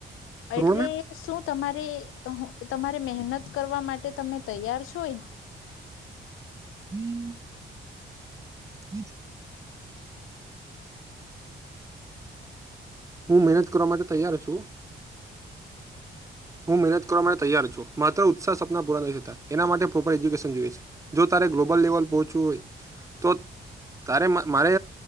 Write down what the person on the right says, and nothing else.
રોડમેપ
હમ હમ <unintelligible> હું મહેનત કરવા માટે તૈયાર છું હું મહેનત કરવા માટે તૈયાર છું માત્ર ઉત્સાહ સપના પૂરા નથી થતા એના માટે પ્રોપર એજ્યુકેશન જોઈએ છે જો તા ગ્લોબલ લેવલ પહચવું હોય તો તારેમ મારે